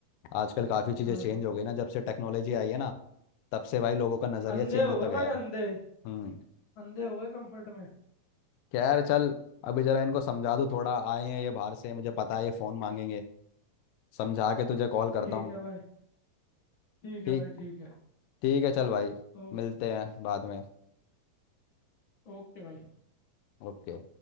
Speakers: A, on the left; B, on the left.
A: आजकल काफ़ी चीज़ें
B: हाँ,
A: चेंज हो गई ना जब से टेक्नोलॉजी आई है ना तब से भाई लोगों का नज़रिया
B: अंधे
A: चेंज
B: हो
A: होता
B: गए
A: गया
B: भाई
A: है
B: अंधे
A: हम्म
B: अंधे हो गए कंफर्ट में
A: खैर चल अभी जरा इनको समझा दूँ थोड़ा आए हैं ये बाहर से मुझे पता है ये फ़ोन मांगेंगे समझा के तुझे कॉल करता
B: ठीक
A: हूँ
B: है भाई ठीक
A: ठीक
B: है भाई ठीक है
A: ठीक है चल भाई
B: ओ,
A: मिलते हैं बाद में
B: ओके भाई
A: ओके